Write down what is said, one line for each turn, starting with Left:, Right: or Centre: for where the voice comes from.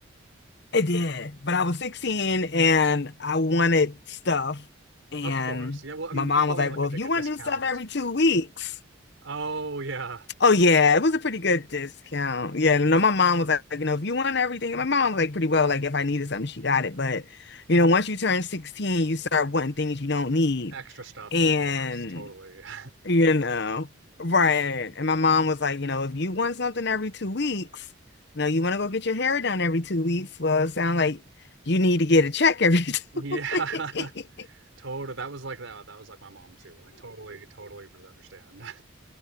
Left: it did. But I was 16 and I wanted stuff. And
Right: Of course. Yeah, well, I
Left: my
Right: mean,
Left: mom
Right: you probably
Left: was like,
Right: got like
Left: Well,
Right: a,
Left: if
Right: like
Left: you
Right: a discount.
Left: want new stuff every two weeks.
Right: Oh, yeah.
Left: Oh, yeah, it was a pretty good discount. Yeah, no, my mom was like, You know, if you want everything, and my mom was like, pretty well, like, if I needed something, she got it. But, you know, once you turn 16, you start wanting things you don't need.
Right: Extra stuff,
Left: And
Right: of course. Totally. <laughs>
Left: You know, right. And my mom was like, you know, if you want something every two weeks, you know, you want to go get your hair done every two weeks. Well, it sounds like you need to get a check every <laughs> two
Right: Yeah.
Left: weeks.
Right: <laughs> Totally. That was like that. That was like my mom too. I totally, totally really understand.